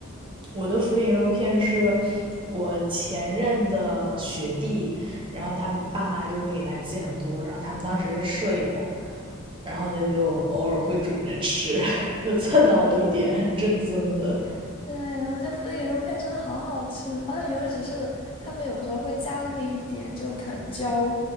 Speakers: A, on the right; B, on the left.
A: 我的福鼎肉片是我前任的学弟，然后他爸妈就会给他寄很多，然后他们当时是舍友，然后他就偶尔会煮着吃，<laughs> 就蹭到了一点很正宗的。
B: 对，我觉得福鼎肉片真的好好吃，而且尤其是他们有时候会加那么一点就藤椒，